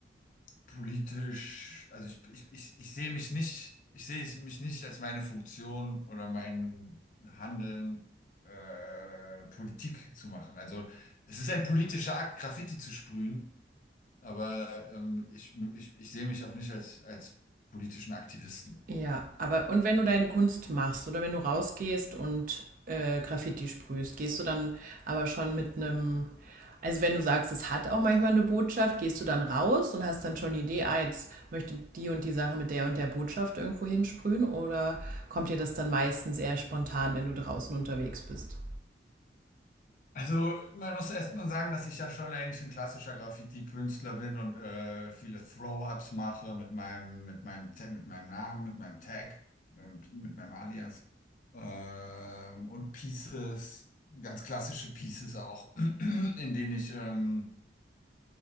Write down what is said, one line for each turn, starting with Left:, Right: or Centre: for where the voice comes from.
Left: politisch, also ich, ich, ich, ich sehe mich nicht, ich sehe es mich nicht als meine Funktion oder mein Handeln, äh, Politik zu machen. Also es ist ein politischer Akt, Graffiti zu sprühen, aber ähm, ich, ich, ich sehe mich auch nicht als, als politischen Aktivisten.
Right: Ja, aber und wenn du deine Kunst machst oder wenn du rausgehst und äh, Graffiti sprühst, gehst du dann aber schon mit einem, also wenn du sagst, es hat auch manchmal eine Botschaft, gehst du dann raus und hast dann schon die Idee, ah, jetzt möchte die und die Sache mit der und der Botschaft irgendwo hinsprühen oder kommt dir das dann meistens eher spontan, wenn du draußen unterwegs bist?
Left: Also, man muss erst mal sagen, dass ich ja schon eigentlich ein klassischer Graffiti-Künstler bin und äh, viele Throw-ups mache mit meinem, mit meinem, Ta- mit meinem Namen, mit meinem Tag, und mit meinem Alias. Ähm, und Pieces, ganz klassische Pieces auch, <clears throat> in denen ich ähm,